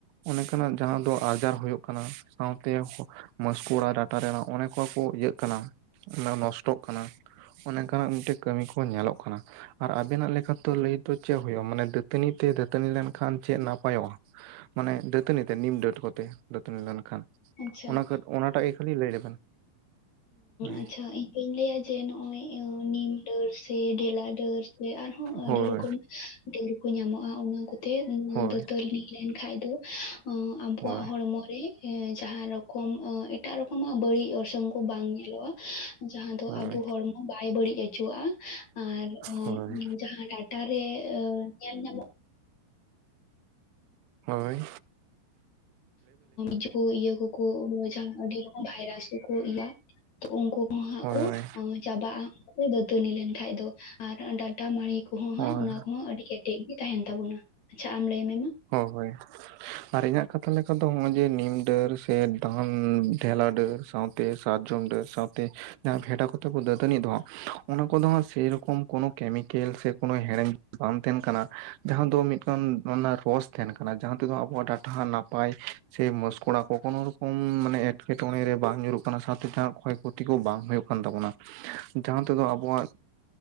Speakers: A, on the right; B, on the left.
A: ᱚᱱᱮᱠᱟᱱᱟᱜ ᱡᱟᱦᱟᱸ ᱫᱚ ᱟᱡᱟᱨ ᱦᱩᱭᱩᱜᱭᱜ ᱠᱟᱱᱟ, ᱥᱟᱶᱛᱮ ᱢᱟᱥᱠᱩᱲᱟ ᱰᱟᱴᱟᱨ ᱚᱱᱮ ᱠᱚ- ᱠᱚ ᱤᱭᱟᱹᱜ ᱠᱟᱱᱟ ᱚᱱᱟ ᱱᱚᱥᱴᱚᱜ ᱠᱟᱱᱟ ᱚᱱᱮ ᱚᱝᱠᱟᱱᱟᱜ ᱢᱤᱫᱴᱮᱡ ᱠᱟᱹᱢᱤ ᱠᱚ ᱧᱮᱞᱚᱜ ᱠᱟᱱᱟ, ᱟᱨ ᱟᱵᱮᱱᱟᱜ ᱞᱮᱠᱟᱛᱮᱚ ᱞᱟᱹᱭ ᱛᱚ ᱪᱮᱫ ᱦᱩᱭᱩᱜᱭᱳᱼᱟ ᱢᱟᱱᱮ ᱫᱟᱹᱛᱟᱹᱱᱤ ᱛᱮ ᱫᱟᱹᱛᱟᱹᱱᱤ ᱞᱮᱱᱠᱷᱟᱱ ᱪᱮᱫ ᱱᱟᱯᱟᱭᱚᱜᱼᱟ᱾ ᱢᱟᱱᱮ ᱫᱟᱹᱛᱟᱹᱱᱤ ᱛᱮ ᱱᱤᱢ ᱝᱟᱹᱛ ᱠᱚᱛᱮ, ᱫᱟᱹᱛᱱ ᱞᱮᱱᱠᱷᱟᱱ
B: ᱟᱪᱪᱷᱟ
A: ᱚᱱᱟ ᱚᱱᱟᱴᱟᱜ ᱜᱮ ᱠᱷᱟᱹᱞᱤ ᱞᱟᱹᱭ ᱞᱮᱵᱮᱱ ᱦᱳᱭ
B: ᱟᱪᱪᱷᱟ ᱤᱧ ᱫᱩᱧ ᱞᱟᱹᱭᱟ ᱡᱮ ᱱᱚᱜᱼᱚᱭ ᱱᱤᱢ ᱰᱟᱹᱨ ᱥᱮ ᱰᱷᱮᱞᱟ ᱰᱟᱹᱨ ᱥᱮ ᱟᱨᱦᱚᱸ ᱟᱹᱰᱤ
A: ᱦᱳᱭ
B: ᱨᱚᱠᱚᱢ ᱰᱟᱹᱨᱠᱩ ᱧᱟᱢᱚᱜᱼᱟ ᱚᱱᱟ ᱠᱚᱛᱮ
A: ᱦᱳᱭ
B: ᱫᱟᱹᱛᱟᱹᱱᱱᱤ ᱞᱮᱱ ᱠᱷᱷᱟᱡ ᱫᱚ ᱟᱵᱚᱣᱟᱜ
A: ᱦᱳᱭ
B: ᱦᱚᱲᱢᱚ ᱨᱮ ᱦᱮᱸ ᱡᱟᱦᱟᱸ ᱨᱚᱠᱚᱢ ᱮᱴᱟᱜ ᱨᱚᱠᱚᱢᱟᱜ ᱵᱟᱹᱲᱤᱡ ᱚᱨᱥᱚᱝ ᱠᱚ ᱵᱟᱝ ᱧᱮᱞᱚᱜᱼᱟ᱾ ᱡᱟᱦᱟᱸ ᱫᱚ
A: ᱦᱳᱭ
B: ᱟᱵᱚ ᱦᱚᱲᱢᱚ ᱵᱟᱭ ᱵᱟᱹᱲᱤᱡ ᱚᱪᱚᱣᱟᱜᱼᱟ ᱟᱨ ᱟ
A: ᱦᱳᱭ
B: ᱡᱟᱦᱟᱸ ᱰᱟᱴᱟ ᱨᱮ ᱧᱮᱞ ᱧᱟᱢᱚᱜ
A: ᱦᱳᱭ ᱾
B: ᱤᱡ ᱠᱚ ᱤᱭᱟᱹ ᱠᱚᱠᱚ ᱡᱟᱦᱟᱸ ᱟᱹᱰᱤ ᱨᱚᱠᱚᱢ ᱵᱷᱟᱭᱨᱟᱥ ᱠᱚᱠᱚ ᱤᱭᱟ᱾ <inaudible> ᱩᱱᱠᱩ ᱠᱩ ᱦᱟᱸᱜ
A: ᱦᱳᱭ
B: ᱠᱩ
A: ᱦᱳᱭ
B: ᱪᱟᱵᱟᱜᱼᱟ ᱾ ᱫᱟᱹᱛᱟᱹᱱᱤ ᱞᱮᱱᱠᱷᱟᱡ ᱫᱚ ᱟᱨ ᱰᱟᱴᱟ ᱢᱟᱸᱲᱤ ᱠᱚᱦᱚᱸ
A: ᱦᱳᱭ
B: ᱦᱟᱸᱜ ᱚᱱᱟ ᱠᱚ ᱦᱚᱸ ᱟᱹᱰᱤ ᱠᱮᱴᱮᱡ ᱜᱤ ᱛᱟᱸᱦᱮᱱ ᱛᱟᱵᱚᱱᱟ ᱾ ᱟᱪᱪᱷᱟ ᱟᱢ ᱞᱟᱹᱭ ᱢᱮ ᱢᱟ ᱾
A: ᱦᱳᱭ, ᱦᱳᱭ ᱾ ᱟᱨ ᱤᱧᱟᱹᱜ ᱠᱟᱛᱷᱟ ᱞᱮᱠᱟ ᱫᱚ ᱱᱚᱜᱼᱚᱭ ᱡᱮ ᱱᱤᱢ ᱰᱟᱹᱨ ᱥᱮ ᱫᱟᱱ ᱰᱷᱮᱞᱟ ᱰᱟᱹᱨ ᱥᱟᱶ ᱛᱮ ᱥᱟᱨᱡᱚᱢ ᱰᱟᱹᱨ ᱥᱟᱶᱛᱮ ᱵᱷᱮᱰᱟ ᱠᱚᱛᱮ ᱠᱚ ᱫᱟᱹᱛᱟᱹᱱᱤ ᱫᱚ, ᱚᱱᱟ ᱠᱚᱸᱫᱚ ᱥᱮᱭ ᱨᱚᱠᱚᱢ ᱠᱳᱱᱳ ᱠᱮᱢᱤᱠᱮᱞ ᱥᱮ ᱠᱳᱱᱳ ᱦᱮᱲᱮᱧ ᱵᱟᱢᱛᱮᱱ ᱠᱟᱱᱟ ᱡᱟᱦᱟᱸ ᱫᱚ ᱢᱤᱫᱴᱟᱱ ᱵᱚᱥ ᱛᱮᱦᱮᱱ ᱠᱟᱱᱟ ᱡᱟᱦᱟᱸ ᱛᱮᱫᱚ ᱟᱵᱚᱣᱟᱜ ᱰᱟᱴᱦᱟ ᱱᱟᱯᱟᱭ ᱥᱮ ᱢᱚᱥᱠᱚᱲᱟ ᱠᱚ ᱠᱳᱱᱳ ᱨᱚᱠᱚᱢ ᱢᱟᱱᱮᱼᱼ ᱮᱸᱴᱠᱮ ᱴᱸᱲᱮᱨᱮ ᱵᱟᱝ ᱧᱩᱨᱩᱜ ᱠᱟᱱᱟ ᱥᱟᱶᱛᱮ ᱮᱴᱟᱜ ᱠᱷᱚᱭ ᱠᱷᱚᱛᱤ ᱠᱚ ᱵᱟᱝ ᱦᱳᱭᱳᱠ ᱠᱟᱱ ᱛᱟᱵᱚᱱᱟ᱾ ᱡᱟᱦᱟᱸ ᱛᱮᱸᱫᱚ ᱟᱵᱚᱣᱟᱜ